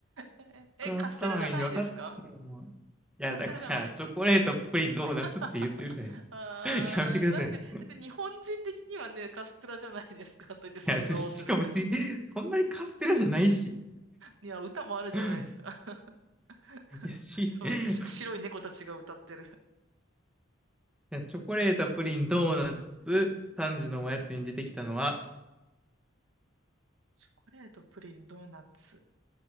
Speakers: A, on the right; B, in the centre.
A: ー、え、
B: 僕は頭いいんで分かったよ。
A: カステラじゃないですか
B: もういや、
A: カステラじゃない。
B: だから、チョコレート、プリン、ドーナツって言ってるじゃない
A: <laughs> あー、
B: ですか。<laughs> やめてくださいね。
A: なんで、だって日本人的にはね、カステラじゃないですかと言って洗脳する。
B: いや、し、しかも別に、そんなにカステラじゃないし。
A: いや、歌もあるじゃないですか。
B: <laughs> い
A: <laughs>
B: や、し、
A: そのし白い猫たちが歌ってる。
B: いや、チョコレート、プリン、ドーナツ、単純のおやつに出てきたのは、
A: チョコレート、プリン、ドーナツ。